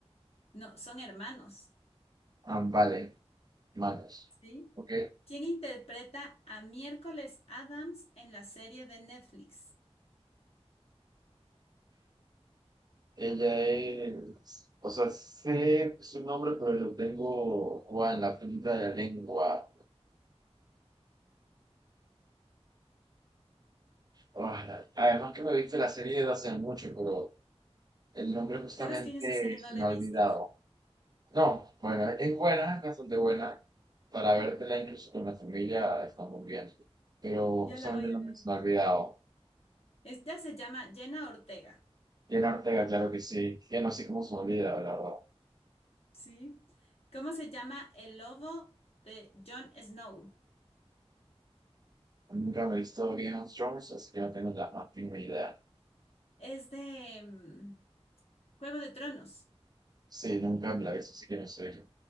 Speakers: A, on the left; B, on the right.
A: No, son hermanos,
B: Ah, vale, manos.
A: ¿sí?
B: Ok.
A: ¿Quién interpreta a Miércoles Adams en la serie de Netflix?
B: Ella es. O sea, sé su nombre, pero lo tengo guau, en la punta de la lengua. Ah, además que me he visto la serie desde hace mucho, pero el nombre justamente
A: ¿Sabes que yo esa serie
B: se
A: no la
B: me
A: he
B: ha
A: visto?
B: olvidado.
A: <laughs>
B: No, bueno, es buena,
A: No,
B: es bastante buena. Para vértela incluso con la familia está muy bien. Pero
A: ya
B: justamente
A: la voy
B: el
A: a
B: nombre
A: ver.
B: se me ha olvidado.
A: Esta se llama Jenna Ortega,
B: Bien Ortega, claro que sí. Ya no sé cómo se me olvida, la verdad.
A: ¿sí? ¿Cómo se llama el lobo de Jon Snow?
B: Nunca me he visto Game of Thrones, así que no tengo la más mínima idea.
A: Es de mm, Juego de Tronos.
B: Sí, nunca me la he visto, así que no sé.